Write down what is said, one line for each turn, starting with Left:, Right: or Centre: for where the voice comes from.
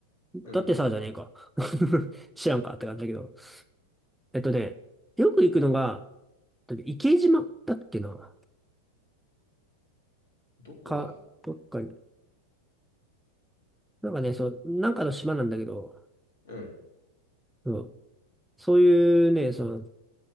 Left: うん。
Centre: だってさ、じゃねえか。<laughs> 知らんかって感じだけど。えっとね、よく行くのが、池島だっけな。
Left: どこだ
Centre: か、どっかに。なんかね、そう、なんかの島なんだけど、
Left: うん。
Centre: うん、そういうね、その、